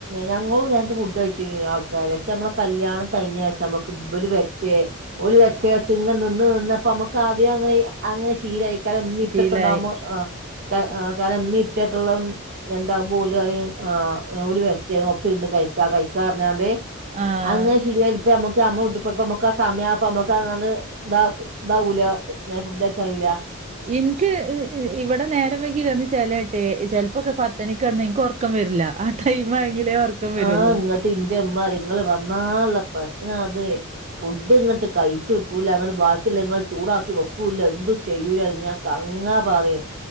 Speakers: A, on the right; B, on the right.
A: ഞങ്ങളും നേരത്തെ ഫുഡ്‌ കയ്ച്ചീനി ആൾക്കാര് പക്ഷെ നമ്മളെ കല്യാണം കഴിഞ്ഞ ശേശം നമ്മുക്ക് ഇബല് വരറ്റേ ഓൽ വരറ്റെ ഇങ്ങനെ നിന്ന് നിന്നപ്പ നമുക്ക് ആദ്യെ അങ്ങനെ അങ്ങനെ ശീലായി ക ഇമ്മീപ്പക്കണ്ടാവുമ്പോ
B: ശീലായി
A: ആ കാരണം എമ്മീ ഇപ്പൊക്കെ ഉള്ള ഉണ്ടാകുമ്പോ ഓല് പറിം ഓല് വരട്ടെ ഒപ്പിര്ന്ന് കഴിക്കാ കഴിക്കാ പറഞ്ഞാണ്ട്
B: ആ
A: അങ്ങനെ ശരിയാ അപ്പൊ നമുക്ക് അമ്മ ഉപ്പൊമക്ക് സമയം അപ്പൊ നമ്മക്ക് അങ്ങട്ട് ഇതാ ഇതാവൂല പിന്നെ ഫുഡാക്കായൂല
B: എനിക്ക് ഇവിടെ നേരം വയ്കി കടന്ന് ചേലായിട്ട് ചെലപ്പൊക്കെ പത്തണിക്ക് കടന്ന നിക്ക് ഉറക്കം വരില്ല ആ ടൈം ആയെങ്കിലേ ഒറക്കം വരുള്ളൂ
A: ആഹ് ഇങ്ങട്ട് ഇന്റെ അമ്മാ ഇങ്ങള് വന്നാല്ല പ്രശ്നം അത് ഫുഡ് ഇങ്ങോട്ട് കഴിച്ചു കിട്ടൂല്ല അങ്ങോട്ട് ബാക്കിയുള്ള നിങ്ങള് ചൂടാക്കി വെക്കൂല്ല എന്തും ചെയ്യൂല ഞാ കങ്ങാ പറയും